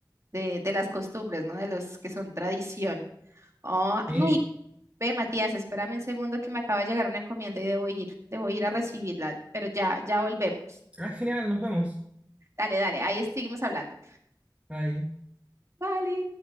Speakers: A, on the right; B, on the right.
A: de, de las costumbres, ¿no? De los que son tradición. Oh,
B: sí.
A: ay, ve, Matías, espérame un segundo que me acaba de llegar una encomienda y debo ir, debo ir a recibirla, pero ya, ya volvemos.
B: Ah, genial, nos vemos.
A: Dale, dale, ahí seguimos hablando.
B: Bye.
A: Vale.